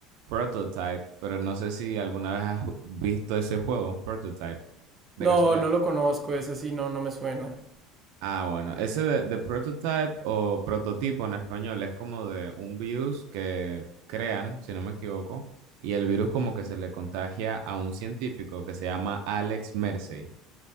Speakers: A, on the right; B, on the right.
A: Prototype, pero no sé si alguna vez has visto ese juego, Prototype, de
B: No,
A: casualidad.
B: no lo conozco, ese sí, no, no me suena.
A: Ah, bueno, ese de, de Prototype o prototipo en español es como de un virus que crean, si no me equivoco, y el virus como que se le contagia a un científico que se llama Alex Mercer.